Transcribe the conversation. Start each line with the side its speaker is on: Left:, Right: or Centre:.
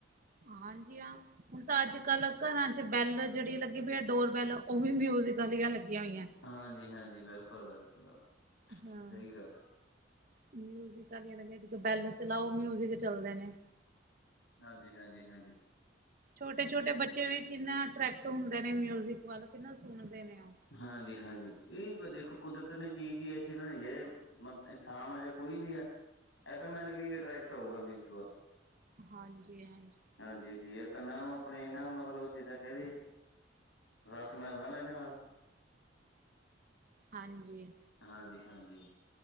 Right: ਹਾਂਜੀ ਹਾ। ਹੁਣ ਤਾਂ ਅੱਜ ਕੱਲ ਘਰਾਂ ਚ ਬੈਲ ਜਿਹੜੀ ਲੱਗੀ ਪਈ ਹੈ ਡੋਰ ਬੈਲ ਉਹ ਵੀ ਮਿਊਜਿਕ ਆਲੀਆਂ ਲੱਗੀਆਂ ਹੋਈਆਂ ਐ।
Left: ਹਾਂਜੀ- ਹਾਂਜੀ, ਬਿਲਕੁਲ- ਬਿਲਕੁਲ।
Right: ਹਾਂ।
Left: ਸਹੀ ਗੱਲ
Right: ਮਿਊਜ਼ਿਕ ਆਲੀਆਂ ਲੱਗੀਆਂ ਜਿਦਾਂ ਬੈਲ ਚਲਾਓ, ਮਿਊਜਿਕ ਚਲਦੇ ਨੇ।
Left: ਹਾਂਜੀ- ਹਾਂਜੀ, ਹਾਂਜੀ।
Right: ਛੋਟੇ- ਛੋਟੇ ਬੱਚੇ ਵੀ ਕਿੰਨਾ ਅਟਰੈਕਟ ਹੁੰਦੇ ਨੇ ਮਿਊਜਿਕ ਵੱਲ ਕਿੰਨਾ ਸੁਣਦੇ ਨੇ ਉਹ।
Left: ਹਾਂਜੀ- ਹਾਂਜੀ, ਇਹ ਦੇਖੋ ਕੁਦਰਤ ਨੇ ਚੀਜ਼ ਹੀ ਐਸੀ ਬਣਾਈ ਹੈ। ਮਤ ਇਨਸਾਨ ਆ ਜਾਂ ਕੋਈ ਵੀ ਆ ਐਟੋ ਮੈਟੀਕਟ ਕੀ ਅਟਰੈਕਟ ਹੋਊਗਾ ਮਿਊਜ਼ਿਕ ਵੱਲ।
Right: ਹਾਂਜੀ- ਹਾਂਜੀ।
Left: ਹਾਂਜੀ ਜੀ ਇਹ ਕੰਨਾਂ ਨੂੰ ਆਪਣੇ ਇਹਨਾ ਮਤਲਬ ਜਿੱਦਾਂ ਕਹਿ ਦੀਏ। ਰਸ ਮਿਲਦਾ ਨਾ ਇਹਦੇ ਨਾਲ।
Right: ਹਾਂਜੀ।
Left: ਹਾਂਜੀ- ਹਾਂਜੀ।